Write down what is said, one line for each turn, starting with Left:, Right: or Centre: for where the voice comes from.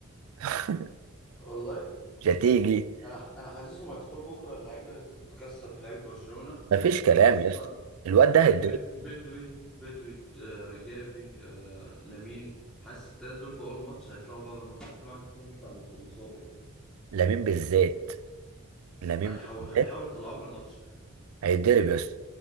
Right: <laughs>
Centre: والله
Right: مش هتيجي
Centre: انا انا حاسسهم هيدخلوا بكره اللعيبه تتكسر في لعيبه برشلونه
Right: مفيش كلام
Centre: خصوصا
Right: يا اسطى الواد ده هيتضرب
Centre: بد... بدوي بدوي آه، جافي آه، لامين حاسس التلاتة دول في أول ماتش هيطلعوا بره الماتش ممكن واحد فيهم يطلع مص- مصاب يعني
Right: لامين بالذات لامين
Centre: هيحاول
Right: بالذات
Centre: هيحاولوا يطلعوه من الماتش يعني
Right: هيتضرب يا اسطى